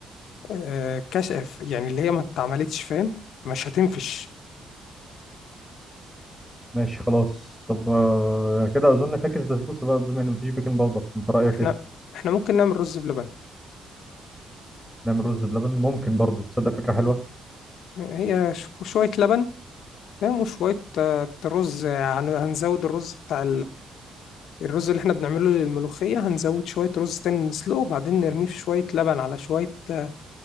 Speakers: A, on the left; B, in the centre.
A: آه كشف يعني اللي هي ما اتعملتش فاهم مش هتنفش
B: ماشي خلاص طب آه، يعني كده اظن فاكس بسبوسه بقى بما ان مفيش بيكنج باودر انت رايك
A: احنا
B: ايه
A: احنا ممكن نعمل رز بلبن
B: نعمل رز بلبن ممكن برضه تصدق فكره حلوه
A: هي شو- شويه لبن فاهم وشويه آه، رز يعني هنزود الرز بتاع الرز اللي احنا بنعمله للملوخية هنزود شوية رز تاني نسلقه وبعدين نرميه في شوية لبن على شوية آه،